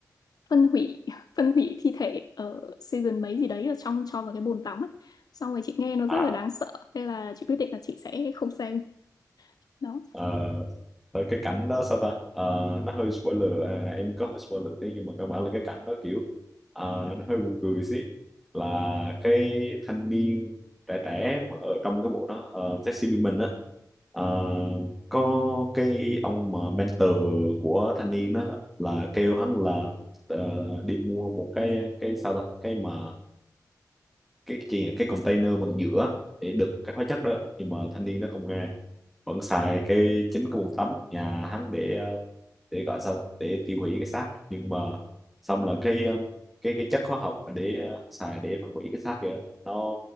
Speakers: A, on the left; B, in the centre.
A: phân hủy <laughs> phân hủy thi thể ở season mấy gì đấy ở trong cho vào cái bồn tắm ấy xong rồi chị nghe nó
B: à
A: rất là đáng sợ nên là chị quyết định là chị sẽ không xem đó
B: Ờ, tại cái cảnh đó sao ta Ờ, nó hơi spoiler à, em có hơi spoiler tí nhưng mà cơ bản là cái cảnh đó kiểu à, nó hơi buồn cười xí là cái thanh niên trẻ trẻ mà ở trong cái bộ đó ờ, Taxi Dreaming á ờ, có cái ông mà mentor của thanh niên đó là kêu hắn là ờ, đi mua một cái cái sao ta cái mà cái gì nhỉ? cái container bằng nhựa để đựng cái hóa chất đó nhưng mà thanh niên nó không nghe vẫn xài cái chính cái bồn tắm nhà hắn để ờ, để gọi sao ta? để tiêu hủy cái xác nhưng mà xong là cái ờ, cái cái chất hóa học mà để ờ, xài để phân hủy cái xác kìa nó